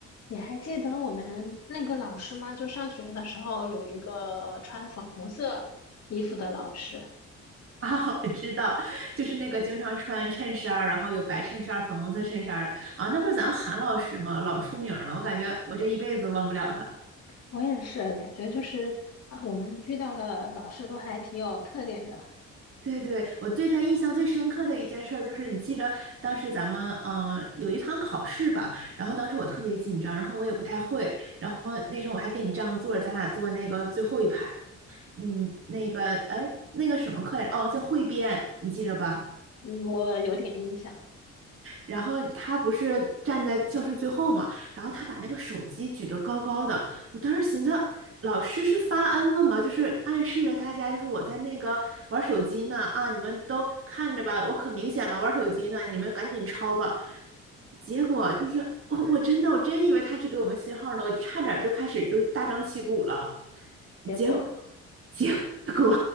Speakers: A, on the left (about 55°); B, on the right (about 45°).
A: 你还记得我们那个老师吗？就上学的时候有一个穿粉红色衣服的老师，
B: 啊，<laughs> 我知道，就是那个经常穿衬衫儿，然后有白衬衫儿、粉红色衬衫儿的啊，那不是咱们韩老师吗？老出名儿了，我感觉我这一辈子都忘不了他。
A: 我也是感觉就是啊，我们遇到的老师都还挺有特点的。
B: 对对，我对他印象最深刻的一件事儿就是，你记着当时咱们嗯、呃有一堂考试吧，然后当时我特别紧张，然后我也不太会，然后那时候我还给你占个座儿，咱俩坐那个最后一排，嗯，那个哎那个什么课来着哦，叫汇编，你记着吧？
A: 嗯，我有点印象，
B: 然后他不是站在教室最后嘛，然后他把那个手机举得高高的，我当时寻思，老师是发恩了吗？就是暗示着大家，就是我在那个玩手机呢啊，你们都看着吧，我可明显了，玩手机呢，你们赶紧抄吧。结果就是我我真的我真以为他是给我们信号呢，我差点就开始就是大张旗鼓了。
A: 结果
B: 结果结果